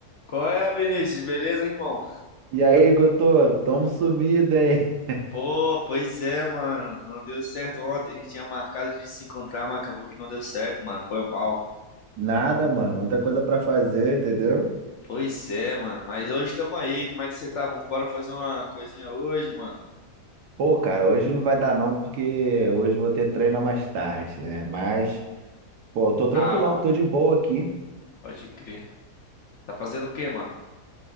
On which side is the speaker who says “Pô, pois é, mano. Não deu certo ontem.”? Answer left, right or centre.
Left